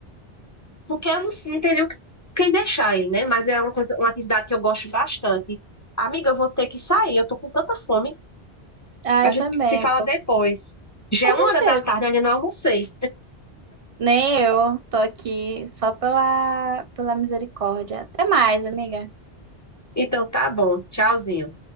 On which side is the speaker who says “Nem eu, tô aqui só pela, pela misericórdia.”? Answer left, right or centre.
Right